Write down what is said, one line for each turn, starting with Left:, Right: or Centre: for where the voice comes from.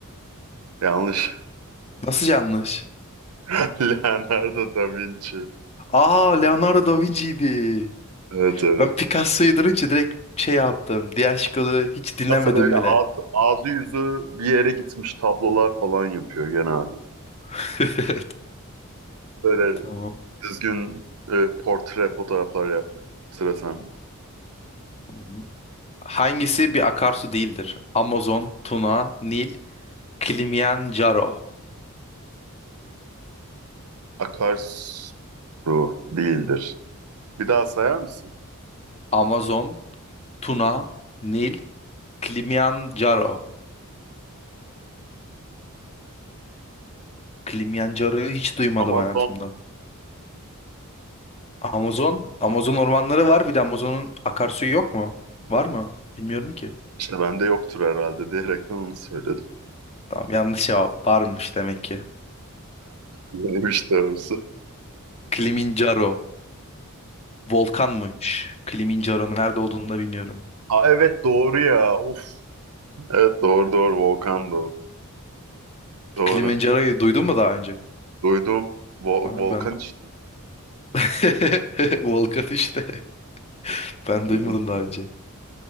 Right: Yanlış.
Left: Nasıl yanlış?
Right: <laughs> Leonardo da Vinci.
Left: Aa Leonardo da Vinci'ydi.
Right: Evet evet.
Left: Ben Picasso'yu durunca direkt şey yaptım. Diğer şıkları hiç dinlemedim
Right: Aslında böyle
Left: bile.
Right: ağzı, ağzı yüzü bir yere gitmiş tablolar falan yapıyor genelde.
Left: <laughs>
Right: Böyle
Left: Tamam.
Right: düzgün e, portre fotoğraflar yapmıyor. Sıra sende.
Left: tamam. Hangisi bir akarsu değildir? Amazon, Tuna, Nil, Kilimanjaro.
Right: Akarsu değildir. Bir daha sayar mısın?
Left: Amazon, Tuna, Nil, Kilimanjaro. Kilimanjaro'yu hiç duymadım
Right: Amazon
Left: hayatımda. Amazon, Amazon ormanları var. Bir de Amazon'un akarsuyu yok mu? Var mı? Bilmiyorum ki.
Right: işte bende yoktur herhalde diyerekten onu söyledim.
Left: Tamam, yanlış cevap. Varmış demek ki.
Right: Neymiş doğrusu.
Left: Kilimanjaro. Volkanmış. Kilimanjaro nerede olduğunu da bilmiyorum.
Right: Aa, evet doğru ya. Of. Evet doğru doğru volkan doğru. Doğru.
Left: Kilimanjaro'yu duydun mu daha önce?
Right: Duydum. Vol-
Left: Ha,
Right: volkan
Left: ben
Right: işte.
Left: <laughs> Volkan işte. <laughs> Ben
Right: Duydum
Left: duymadım daha
Right: şimdi.
Left: önce.